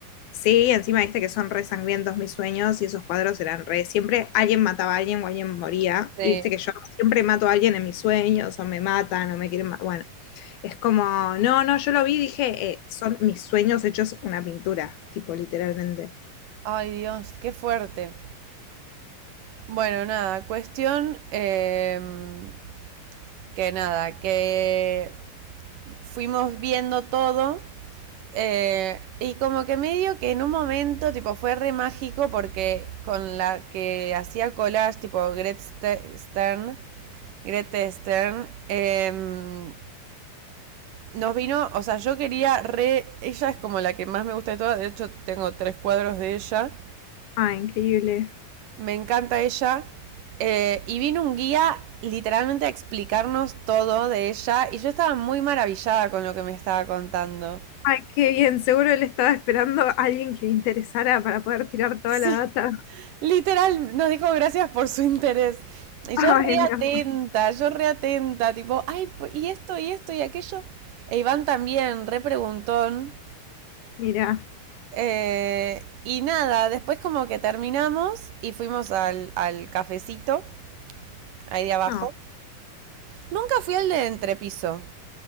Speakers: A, on the left (about 85°); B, on the right (about 65°).
A: Sí, encima viste que son re sangrientos mis sueños y esos cuadros eran re. Siempre alguien mataba a alguien o alguien moría.
B: Sí.
A: Y viste que yo siempre mato a alguien en mis sueños o me matan o me quieren matar. Bueno, es como, no, no, yo lo vi y dije, eh, son mis sueños hechos una pintura, tipo literalmente.
B: Ay Dios, qué fuerte. Bueno, nada, cuestión eh, que nada, que fuimos viendo todo eh, y como que medio que en un momento tipo fue re mágico porque con la que hacía collage tipo Gret Stern, Grete Stern, eh, nos vino, o sea, yo quería re, ella es como la que más me gusta de todas, de hecho tengo tres cuadros de ella.
A: Ah, increíble.
B: Me encanta ella. Eh, y vino un guía literalmente a explicarnos todo de ella y yo estaba muy maravillada con lo que me estaba contando.
A: Ay, qué bien, seguro él estaba esperando a alguien que le interesara para poder tirar toda
B: Sí,
A: la data.
B: literal, nos dijo gracias por su interés.
A: <laughs>
B: Y yo reatenta,
A: Ay, mi amor.
B: yo reatenta, tipo, ay, y esto, y esto, y aquello. E Iván también, re preguntón.
A: Mira.
B: Eh, y nada, después como que terminamos y fuimos al, al cafecito, ahí de abajo.
A: Ah,
B: Nunca fui al de entrepiso.